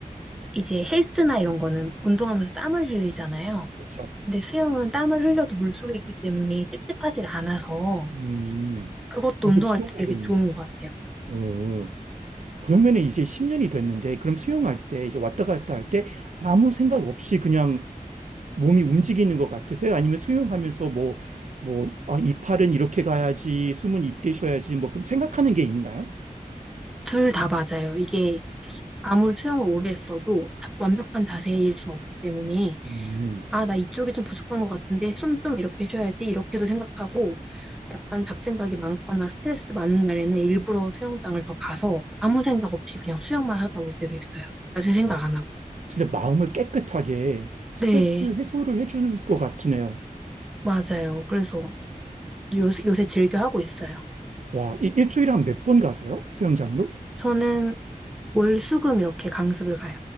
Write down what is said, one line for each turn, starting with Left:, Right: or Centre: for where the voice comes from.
Centre: 이제 헬스나 이런 거는 운동하면서 땀을 흘리잖아요.
Right: 그렇죠.
Centre: 근데 수영은 땀을 흘려도 물속에 있기 때문에 찝찝하지가 않아서
Right: 음,
Centre: 그것도
Right: 계속
Centre: 운동할
Right: 시원하겠네요.
Centre: 때 되게 좋은 것 같아요.
Right: 오. 그러면 이제 10년이 됐는데, 그럼 수영할 때, 이제 왔다 갔다 할 때 아무 생각 없이 그냥 몸이 움직이는 것 같으세요? 아니면 수영하면서 뭐, 뭐, 아, 이 팔은 이렇게 가야지, 숨은 이때 쉬어야지, 뭐, 그럼 생각하는 게 있나요?
Centre: 둘 다 맞아요. 이게 아무리 수영을 오래 했어도 완벽한 자세일 순 없기 때문에
Right: 음,
Centre: 아, 나 이쪽이 좀 부족한 것 같은데 숨 좀 이렇게 쉬어야지 이렇게도 생각하고 약간 잡생각이 많거나 스트레스 많은 날에는 일부러 수영장을 더 가서 아무 생각 없이 그냥 수영만 하다 올 때도 있어요. 자세 생각
Right: 와,
Centre: 안 하고.
Right: 진짜 마음을 깨끗하게 스트레스
Centre: 네,
Right: 해소를 해줄 것 같으네요.
Centre: 맞아요. 그래서 요, 요새 즐겨 하고 있어요.
Right: 와, 이- 일주일에 한 몇 번 가세요? 수영장으로?
Centre: 저는 월수금 이렇게 강습을 가요.